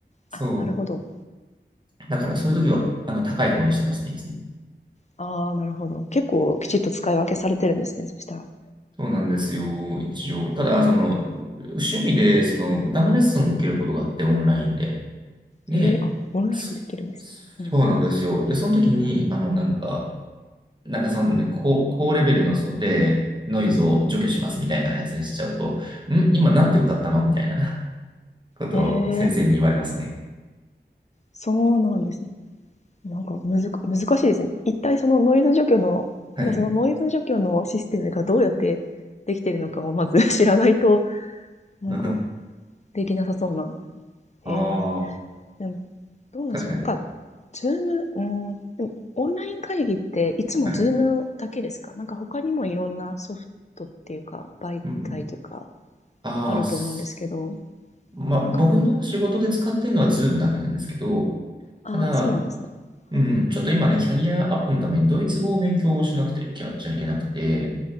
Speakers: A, on the right; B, on the left.
A: そ
B: あ。あ、なるほど。
A: う。だからそういう時は、あの、高い方にしてますね、いつも。
B: ああ、なるほど。結構きちっと使い分けされてるんですね、そしたら。
A: そうなんですよ、一応。ただ、
B: なるほど。
A: その、趣味で、その、歌のレッスンを受けることがあって、オンラインで。で、
B: ええあ、オンラインでできるんです。
A: そ、
B: うん。
A: そうなんですよ。で、その時に、あの、なんか、なんかその、ね、高、高レベルの、そで、ノイズを除去しますみたいなやつにしちゃうと、ん今なんて歌ったのみたいな
B: うん。
A: <laughs> ことを先生に言われますね。
B: ええ、そうなんですね。なんか、むずか難しいですね。一体そのノイズ除去の、
A: はい。
B: なんかそのノイズ除去のシステムがどうやってできてるのかをまず <laughs> 知らないと、<laughs> なんか、
A: <laughs>
B: できなさそうな。
A: ああ、
B: ええ、でも、どうなんですかねなんか、
A: 確かに。
B: ズーム、うん、でもオンライン会議っていつもズームだけですかなんか他にもいろんなソフトっていうか、
A: はい。
B: 媒体というか、
A: うんうん、ああ、
B: あると思うんですけど、
A: すまあ、
B: なんか、
A: 僕の仕事で使ってるのは Zoom だけなんですけど、
B: ああー、
A: ただ、
B: そうなんですね。
A: うん、
B: はい。
A: ちょっと今ね、キャリアアップのためにドイツ語を勉強しなくてきゃ、じゃいけなくて、